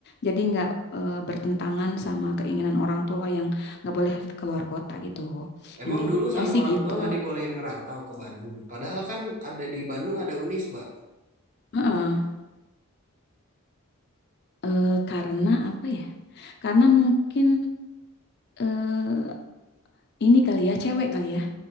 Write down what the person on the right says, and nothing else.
Emang
dulu sama
orang
tua nggak dibolehin ngerantau ke Bandung. Padahal kan ada di Bandung ada Unisba.